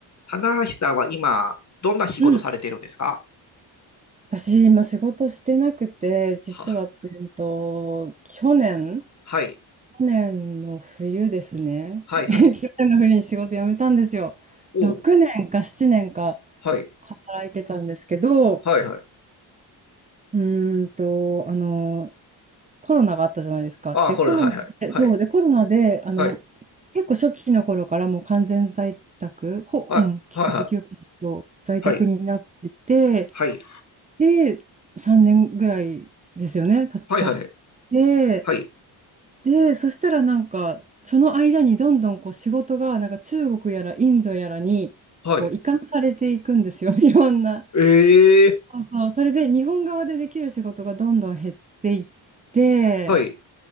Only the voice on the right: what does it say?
うん、私、今仕事してなくて、実は、
えっと、去年、
去年の冬ですね。
<laughs> 去年の冬に仕事辞めたんですよ。
6年か7年か
働いてたんですけど、
うーんと、あの、コロナがあったじゃないですか。
で、
コロナで、
そうで、コロナで、あの、
結構初期の頃からもう完全在宅、ほ、
うん、99%在宅になってて、
で、3年ぐらいですよね、た、たっ
て、
で、そしたらなんか、その間にどんどんこう仕事が、なんか中国やらインドやらに、
こう移管されていくんですよ、<laughs> いろんな。
そうそう、それで日本側でできる仕事がどんどん減っていって、